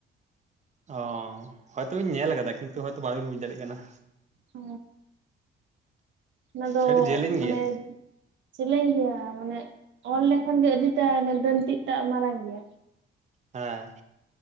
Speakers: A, on the right; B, on the right.
A: ᱚ ᱦᱚᱭᱛᱚ ᱵᱤᱱ ᱧᱮᱞ ᱟᱠᱟᱫᱟ ᱠᱤᱱᱛᱩ ᱦᱚᱭᱛᱚ ᱵᱟᱵᱤᱱ ᱵᱩᱡᱽ ᱫᱟᱲᱮᱭᱟᱜ ᱠᱟᱱᱟ।
B: ᱦᱮᱻ ᱚᱱᱟ ᱫᱚ
A: ᱠᱟᱹᱴᱤᱡ ᱡᱮᱞᱮᱧ
B: ᱢᱟᱱᱮ
A: ᱜᱮᱭᱟ
B: ᱪᱮᱞᱮᱧ ᱜᱮᱭᱟ ᱢᱟᱱᱮ ᱚᱞ ᱞᱮᱠᱷᱟᱱ ᱜᱮ ᱟᱹᱰᱤᱴᱟ ᱫᱟᱹᱱᱰᱤᱴᱟᱜ ᱢᱟᱨᱟᱝ ᱜᱮᱭᱟ।
A: ᱦᱮᱸ